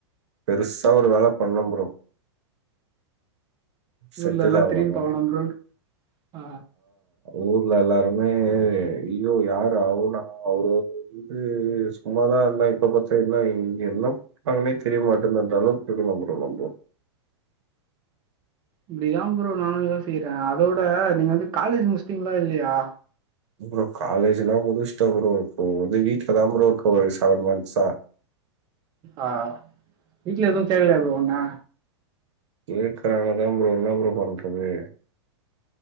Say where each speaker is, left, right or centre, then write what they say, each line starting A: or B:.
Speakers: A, on the right (about 75°); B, on the right (about 30°).
A: பெருசா ஒரு வேல பண்ணே ப்ரோ செட்டில்
B: ஊர்ல எல்லா
A: ஆவுற
B: திரும்பி
A: மாரி
B: பாக்கணு ப்ரோ ஆ
A: ஊர்ல எல்லாருமே ஐயோ யாரு அவனா அவரு ம் ம் சும்மாதா பாத்தீங்கன்னா எண்ண அவங்கனே தெரிய மாட்டேன்னுன்றாலும் புது நம்பர் ப்ரோ
B: இப்டிதா ப்ரோ நானு யோசிகிறே அதோட நீங்க வந்து காலேஜ் முடிச்சிட்டீங்களா இல்லயா
A: அப்புறோ காலேஜ் எல்லா முடிச்சிட்டே ப்ரோ இப்போ வந்து வீட்டுல தா ப்ரோ இருக்கே ஒரு செவன் மந்ஸ்ஸா
B: ஆ வீட்ல எதுவு கேக்கலையா ப்ரோ உன்ன
A: கேக்குறாங்க தா ப்ரோ என்னா தா ப்ரோ பண்றது